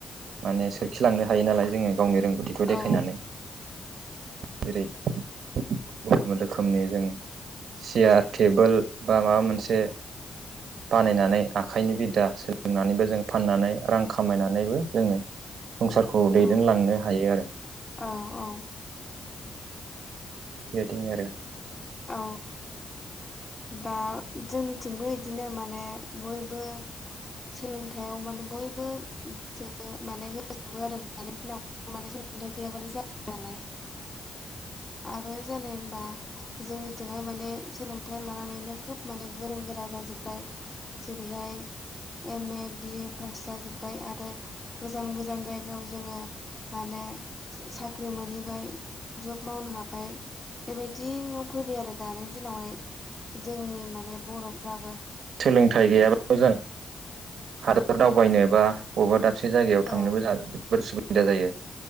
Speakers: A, on the right; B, on the left.
A: माने सोरखिलांनो हायो नालाय जोङो गावनि रोंगौथिखौ देखायनानै
B: औ
A: जेरै गुबुन गुबुन रोखोमनि जों सियार टेबोल बा माबा मोनसे बानायनानै आखाइनि बिद्दा सोलोंनानैबो जों फाननानै रां खामायनानैबो जोङो संसारखौ दैदेनलांनो
B: उम
A: हायो आरो।
B: औ औ।
A: बेबायदिनो आरो
B: औ। दा जोंनिथिंबो बिदिनो माने बयबो सोलोंथाइयाव माने बयबो गोसो माने होजोबो आरो दानि दिनाव माने सोलोंथाइ गैयाबानो जाला नालाय आरो जानोे होनबा जोंनि -जोंहाय माने सोलों -थाइ लानानैनो खोब माने गोरों गोरा जाजोबबाय जेरैहाय एम ए बिए पास जाजोब्बाय आरो गोजान गोजान जायगायाव जोङो माने साख्रि मोनहैबाय जब मावनो हाबाय। बेबायदियाव फैबाय आरो दानि दिनावहाय जोंनि माने बर'फ्राबो
A: सोलोंथाइ गैयाबाबो जों हादर दावबायनो बा बबेबा दा -बसे जायगायाव थांनोबो
B: औ
A: जोबोर असुबिदा जायो